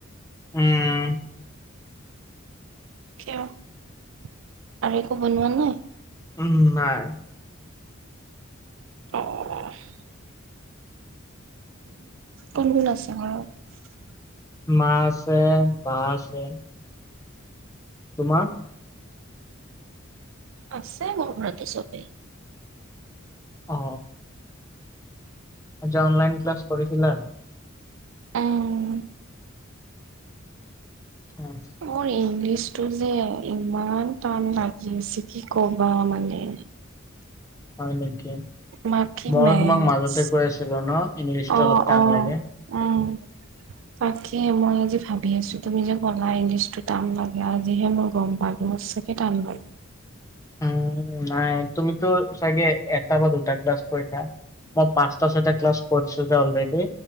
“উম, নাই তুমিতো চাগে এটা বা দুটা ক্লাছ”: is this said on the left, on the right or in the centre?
Left